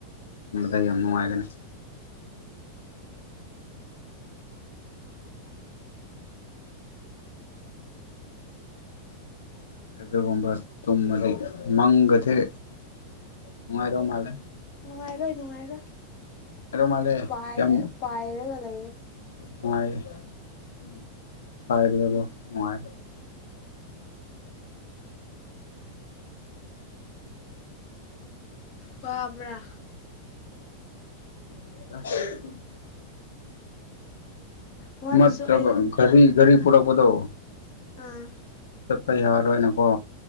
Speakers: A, on the left (about 65°); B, on the left (about 40°).
A: ꯇꯝꯕꯗ ꯌꯥꯝ ꯅꯨꯡꯉꯥꯏꯒꯅꯤ ꯑꯗꯨꯒꯨꯝꯕ ꯇꯨꯝꯃꯗꯤ ꯃꯪꯒꯗꯤꯦꯛ ꯅꯨꯡꯉꯥꯏ ꯌꯝꯂꯦ
B: ꯅꯨꯡꯉꯥꯏꯔꯣꯏ ꯅꯨꯡꯉꯥꯏꯔꯣꯏ
A: ꯃꯥꯜꯂꯦ
B: ꯄꯥꯏ
A: ꯌꯥꯝ
B: ꯄꯥꯏꯔꯒ ꯂꯩ
A: <unintelligible>
B: ꯋꯥꯕ꯭ꯔ
A: <inaudible>
B: ꯋꯥꯔꯁꯨ
A: ꯅꯠꯇ꯭ꯔꯒ
B: ꯑꯩꯅ
A: ꯒꯔꯤ ꯒꯔꯤ ꯄꯔꯛꯗꯣ
B: ꯑꯥ
A: ꯑꯗꯨꯝ ꯆꯠꯄ ꯌꯥꯔꯣꯏꯅꯀꯣ